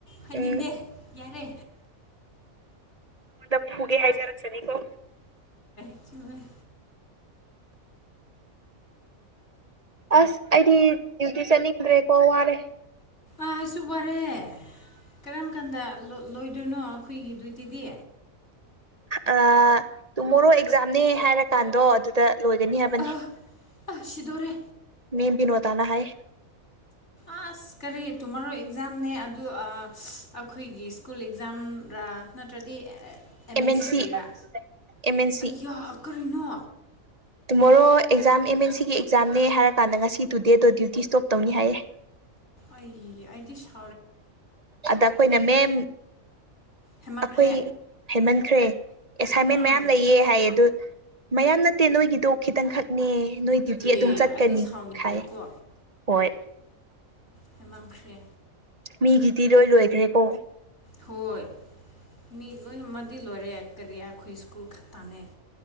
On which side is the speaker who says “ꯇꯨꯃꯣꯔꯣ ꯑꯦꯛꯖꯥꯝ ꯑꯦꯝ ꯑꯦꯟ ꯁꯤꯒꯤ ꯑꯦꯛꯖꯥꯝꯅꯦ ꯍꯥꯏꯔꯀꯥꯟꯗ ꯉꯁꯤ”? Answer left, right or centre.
Right